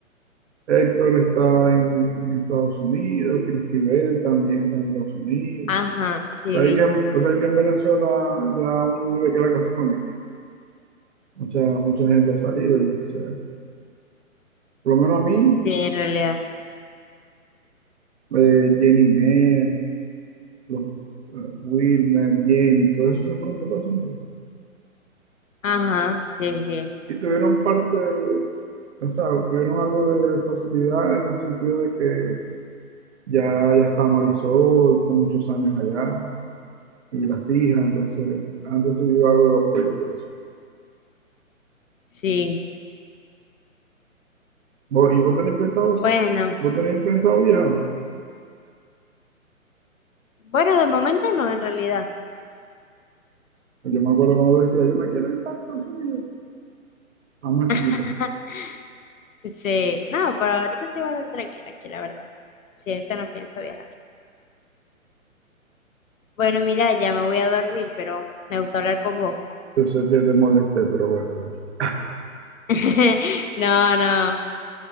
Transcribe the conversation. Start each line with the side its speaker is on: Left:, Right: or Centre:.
Right: Héctor está en, en Estados Unidos, Cristibel también está en Estados Unidos.
Left: Ajá, sí
Right: Sabes
Left: vi.
Right: que, pues hay que en Venezuela ya uno no le queda casi familia. Mucha, mucha gente ha salido, entonces, por lo menos a mí,
Left: Sí, en realidad.
Right: eh, Jenny Mer, los, eh, Wilmer, Jenny, todos esos se fueron para Estados Unidos.
Left: Ajá, sí, sí.
Right: Y tuvieron parte O sea, tuvieron algo de facilidad en el sentido de que ya, ya está Marisol con muchos años allá y las hijas, entonces han recibido algo de apoyo por eso.
Left: Sí,
Right: Vos- ¿Y vos tenés pensado,
Left: bueno,
Right: vos tenés pensado viajar?
Left: bueno, de momento no, en realidad.
Right: Yo me acuerdo cuando decía, yo me quiero ir para Estados Unidos, a más
Left: <laughs>
Right: chiquita.
Left: Sí, no, pero ahorita estoy bastante tranquila aquí, la verdad. Sí, ahorita no pienso viajar. Bueno, mira, ya me voy a dormir, pero me gustó hablar con vos.
Right: Yo sé que te molesté, pero bueno, tranquilo.
Left: <laughs> No, no,